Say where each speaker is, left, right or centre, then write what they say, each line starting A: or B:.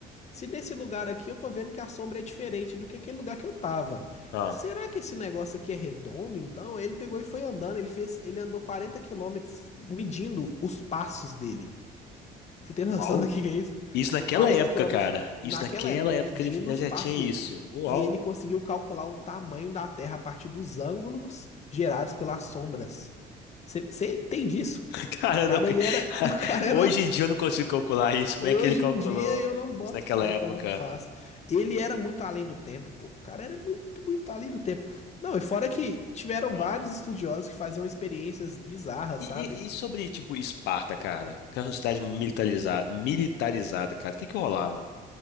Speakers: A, on the left; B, on the left.
A: se desse lugar aqui eu tô vendo que a sombra é diferente do que aquele lugar que eu tava.
B: Ah.
A: Será que esse negócio aqui é redondo, então? Ele pegou e foi andando, ele fez, ele andou 40 quilômetros medindo os passos dele. Você tem <laughs> noção
B: Uau.
A: do que que é isso?
B: Isso naquela
A: 40
B: época,
A: quilômetros
B: cara.
A: naquela
B: Isso naquela
A: época, medindo
B: época ele já,
A: os
B: já
A: passos
B: tinha
A: dele.
B: isso. Uau!
A: E ele conseguiu calcular o tamanho da Terra a partir dos ângulos gerados pelas sombras. Você você entende isso?
B: <laughs> Cara,
A: O cara,
B: eu não...
A: ele era.
B: <laughs>
A: <laughs> O cara era.
B: hoje em dia eu não consigo calcular isso. Como
A: Hoje
B: é que ele calculou
A: em dia eu não boto
B: isso naquela
A: fé
B: época?
A: como que faz. Ele era muito além do tempo, pô. O cara era muito, muito além do tempo. Não, e fora que tiveram
B: Ah.
A: vários estudiosos que faziam experiências bizarras,
B: E,
A: sabe?
B: e- e sobre, tipo, Esparta, cara? Que era uma sociedade militarizada, militarizada, cara. O que que rolava?